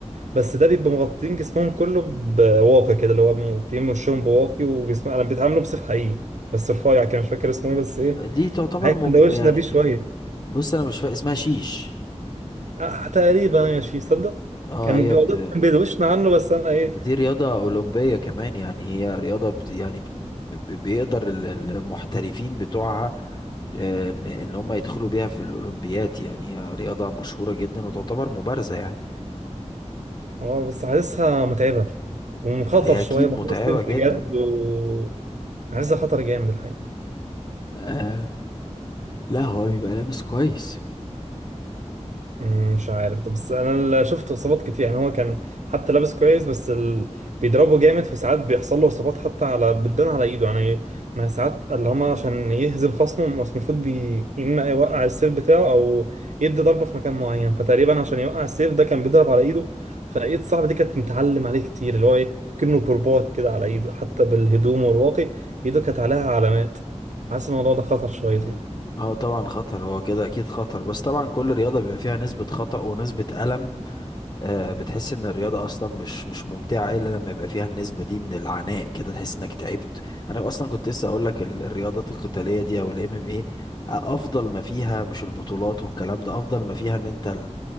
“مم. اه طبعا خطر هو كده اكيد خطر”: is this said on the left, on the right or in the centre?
Left